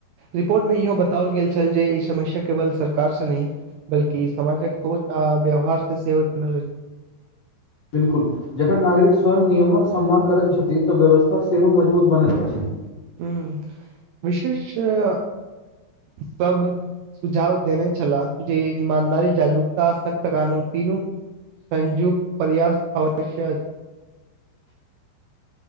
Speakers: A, on the right; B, on the left.
A: रिपोर्टमे इहो बताओल गेल छल जे ई समस्या केवल सरकारसँ नहि बल्कि समाजक सोच आ व्यवहार से सेहो जुड़ल अछि
B: बिल्कुल जखन नागरिक स्वयं नियमक सम्मान करैत छथि तऽ व्यवस्था सेहो मजबूत बनैत अछि
A: ह्म विशेषय तब सुझाव देने छलाह जे ईमानदारी जागरूकता सख्त कानून तीनू संजुक प्रयास अवश्य <inaudible>